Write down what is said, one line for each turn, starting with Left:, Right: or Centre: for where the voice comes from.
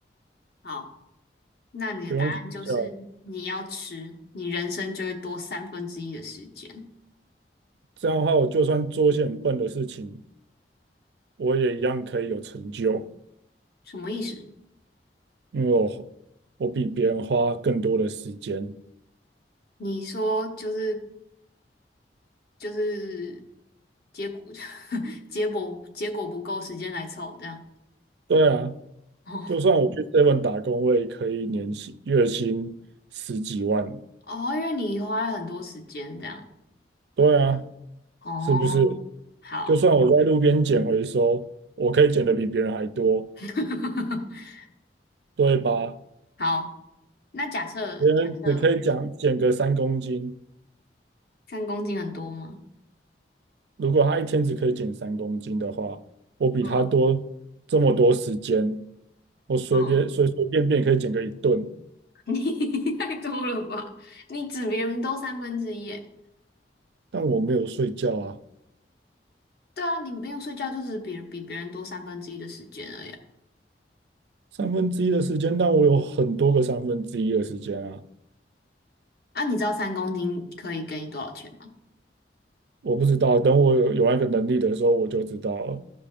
Left: <laughs> 好，那你的答案就是你要吃，
Right: 不用睡觉。
Left: 你人生就会多三分之一的时间，
Right: 这样的话，我就算做一些很笨的事情，我也一样可以有成就，
Left: 什么意思？
Right: 因为我我比别人花更多的时间。
Left: 你说就是就是结果 <laughs> 结果结果不够时间来凑这样
Right: 对啊，
Left: 哦
Right: 就算我去 Seven 打工，我也可以年薪月薪十几万。
Left: <laughs> 哦，因为你花了很多时间这样。
Right: 对啊，
Left: 哦，
Right: 是不是？
Left: 好，
Right: 就算我在路边捡回收，我可以捡的比别人还多，
Left: <laughs>
Right: 对吧？
Left: 好，那假设假设
Right: 别人只可以讲捡个三公斤，
Left: 三公斤很多吗？
Right: 如果他一天只可以捡三公斤的话，我比他多这么多时间，
Left: 嗯
Right: 我随便随随便便可以捡个一顿，
Left: 嗯，<laughs> 你太多了吧？你指别人多三分之一耶？
Right: 但我没有睡觉啊，
Left: 对啊，你不用睡觉就只别人比别人多三分之一的时间而已啊。
Right: 三分之一的时间，但我有很多个三分之一的时间啊，
Left: 啊你知道三公斤可以给你多少钱吗？
Right: 我不知道，等我有有那个能力的时候，我就知道了。